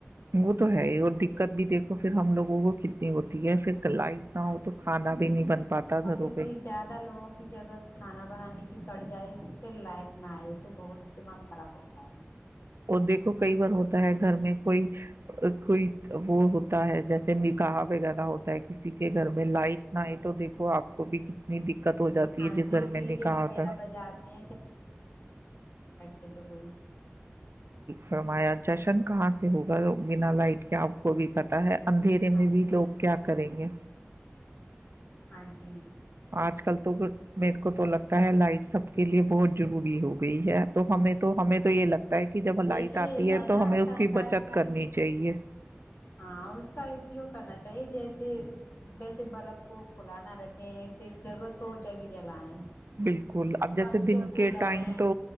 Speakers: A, on the right; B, on the left.
A: وہ تو ہے اور د کد بھی دیکھو پھر ہم لگوں کو کتنی ہوتی ہے پھر لائٹ
B: ہاں
A: نہ ہو تو
B: جی
A: کھانا بھی نہیں بن پاتا
B: اور
A: گھروں
B: کسی
A: پہ
B: زیادہ لوگوں کی ضرورت کھانا بنانے کی کی پڑ جائے تو پھر لائق نہ آئے تو بہت دماغ خراب ہوتا ہے
A: اور دیکھو کئی بار ہوتا ہے گھر میں کوئی کوئی وہ ہوتا ہے جیسے نکاح وغیرہ ہوتا ہے کسی کے گھر میں لائٹ نہ آئے تو دیکھو آپ کو بھی کتنی دقت ہو جاتی
B: ہاں
A: ہے جس
B: جی
A: گھر
B: ڈی
A: میں نے
B: جے
A: کہا
B: وغیرہ
A: تھا
B: بجاتے ایکت کوئی
A: فرمایا جشن کہاں سے ہوگا بنا لائٹ کے آپ کو بھی پتاہ ہے اندھیرے
B: ہاں
A: میں
B: جی
A: بھی لوگ کیا کریں گے
B: ہاں جی
A: آج کل تو میرے کو تو لگتا ہے لائٹ سب کے لیے بہت ضروری ہو گئی ہے تو ہمیں تو ہمیں تو یہ لگتا ہے کہ جب لائٹ
B: ویسے
A: آتی ہے
B: اب
A: تو
B: نا
A: ہمیں اس
B: سرکار
A: بچت
B: کی
A: کرنی چاہیے
B: ہاں اس کا اپیوگ کرنا چاہیے جیسے ویسے بلب کو کھلانا رکھے کہ ایسے ایک ضرورت ہو جبھی جلائیں
A: بالکل اب
B: پنکھے
A: جیسے دن
B: کولر
A: کے ٹائم
B: ہیں
A: تو